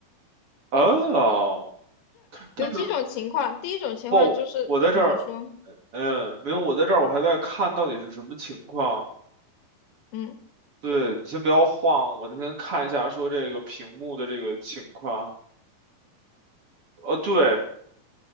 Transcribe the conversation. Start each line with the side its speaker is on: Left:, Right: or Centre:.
Right: 啊，但是
Left: 有几种情况，第一种情况就是，
Right: 不，我在这儿，
Left: 嗯，你说，
Right: 嗯，没有，我在这儿，我还在看到底是什么情况。
Left: 嗯
Right: 对，你先不要晃，我先看一下说这个屏幕的这个情况。呃，对，